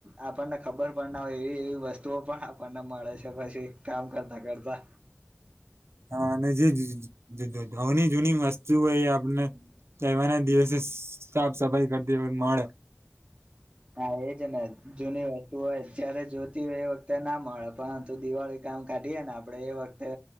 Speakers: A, on the right; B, on the right.
A: આપણને ખબર પણ ના હોય એવી એવી વસ્તુઓ પણ આપણને મળે છે પછી કામ કરતા કરતા
B: હા અને જે જની જૂની વસ્તુ હોય એ આપને રહેવાના દિવસે સાફ સફાઈ કરતી મળે
A: હા એ છે ને જૂની વાત હોય જયારે જોતી હોય એ વખતે ના મળે પરંતુ દિવાળી કામ કાઢીએ ને આપડણે એ વખતે